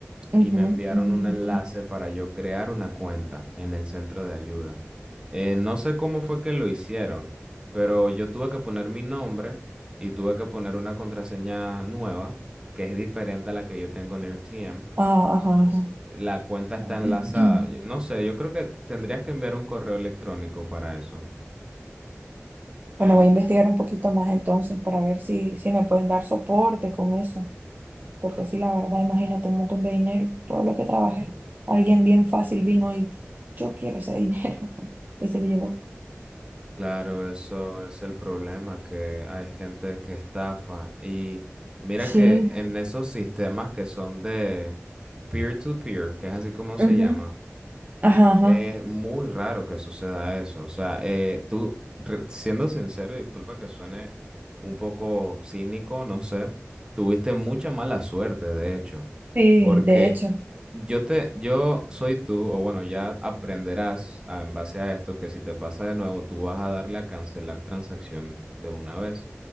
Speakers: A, on the right; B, on the right.
A: Ujú.
B: y me enviaron
A: <clears throat>
B: un enlace para yo crear una cuenta en el centro de ayuda. Eh, no sé cómo fue que lo hicieron, pero yo tuve que poner mi nombre y tuve que poner una contraseña nueva que es diferente a la que yo tengo en el TM
A: Ah, ajá, ajá.
B: la cuenta está
A: <clears throat>
B: enlazada. Yo- No sé, yo creo que tendrías que enviar un correo electrónico para eso.
A: Bueno, voy a investigar un poquito más entonces para ver si, si me pueden dar soporte con eso. Porque sí, la verdad, imagínate un montón de dinero, todo lo que trabajé. Alguien bien fácil vino y yo quiero ese dinero. <laughs> Y se lo llevó.
B: Claro, eso es el problema, que hay gente que estafa. Y mira
A: Sí.
B: que en esos sistemas que son de peer-to-peer, que es así como se
A: Ujú,
B: llama,
A: Ajá, ajá.
B: Es muy raro que suceda eso. O sea, eh, tú, re- siendo sincero, y disculpa que suene un poco cínico, no sé, tuviste mucha mala suerte, de hecho,
A: Sí,
B: porque
A: de hecho.
B: yo te, yo soy tú, o bueno, ya aprenderás ah, en base a esto que si te pasa de nuevo, tú vas a darle a cancelar transacción de una vez,